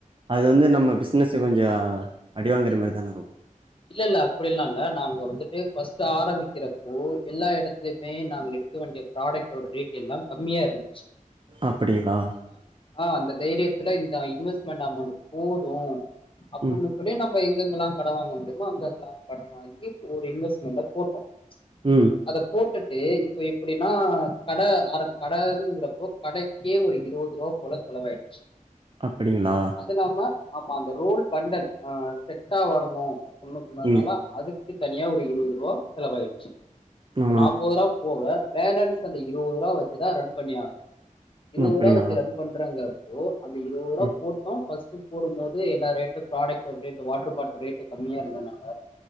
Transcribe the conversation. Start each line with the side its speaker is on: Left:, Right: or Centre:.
Right: அது வந்து நம்ம பிஸ்னஸ்ஸ் கொஞ்சம் அடிவாங்கிற மாதிரி தான இருக்கும்
Left: இல்ல இல்ல அப்படில்லாம் இல்ல நாங்க வந்துட்டு பஸ்ட் ஆரம்பிக்கிறப்போ எல்லா இடத்துலையுமே நாங்கள் எடுக்க வேண்டிய ப்ராடக்டோட ரேட எல்லாம் கம்மியாக இருந்த <inaudible>
Right: அப்படிகளா
Left: ஆ அந்த தைரியத்தல இந்த இன்வெஸ்ட்மெண்ட் அமௌண்ட் போதும் அப்பன்னு
Right: ம்
Left: சொட நம் <unintelligible> அப்ப எங்எங்கலாம் கடவாங்குறது அங்குஅங்குலெம் கடன் வாங்கி ஒரு இன்வெஸ்ட்மெண்ட போட்டோம்
Right: ம்
Left: அத போட்டு விட்டு இப்ப எப்படினா கட அர கடகிறபோ கடக்கே ஒரு இருபது ரூபா போல செலவாயிடுச்சு
Right: அபடிங்களா
Left: அது இல்லாம ஆமா அந்த ரோல் பண்டல் செட்டா வரணும் ஒ <unintelligible> சொன்னதுனால
Right: ம்
Left: அதுக்கு தனியா ஒரு இருபது ரூபா செலவுயிருச்சு
Right: ஆ
Left: அப்போ நாப்பது ரூபா போவே பேலன்ஸ் அந்த இருவது ரூபா வச்சுதான் ரன் பண்ணியாகனும் இருவது
Right: அப்டிங்களா
Left: ரூபா வச்சு ரன் பண்றாங்க ஒ அந்த இருவது ரூபா
Right: ம்
Left: போட்டோம் பஸ் ட்டுபோடும்போது எல்லா ரேட்டு ப்ராடக்ட்வோட ரேட் வாட்டர் பாட்டல் ரேட் கம்மியா இருந்ததுனால